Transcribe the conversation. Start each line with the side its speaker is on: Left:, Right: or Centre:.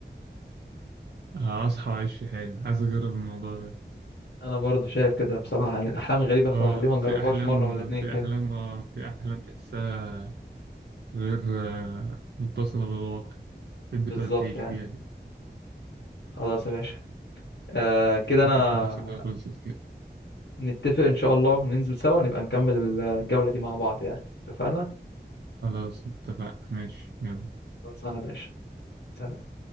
Right: هصحى واعيش في حالي عايز اجرب الموضوع ده
Left: انا برضو شايف كده بصراحة يعني الاحلام غريبة فليه
Right: اه
Left: ما نجربهاش
Right: في احلام
Left: مرة ولا اتنين
Right: في
Left: كده
Right: احلام اه في احلام تحسها غير آه، متصلة بالواقع تحب
Left: بالظبط
Right: تقعد تعيش
Left: يعني
Right: فيها كده
Left: خلاص يا باشا آه كده
Right: فكرة
Left: انا
Right: الأسئلة خلصت كده
Left: نتفق ان شاء الله وننزل سوا نبقى نكمل الجولة دي مع بعض يعني اتفقنا
Right: خلاص اتفقنا ماشي يلا
Left: خلصانة يا باشا سلام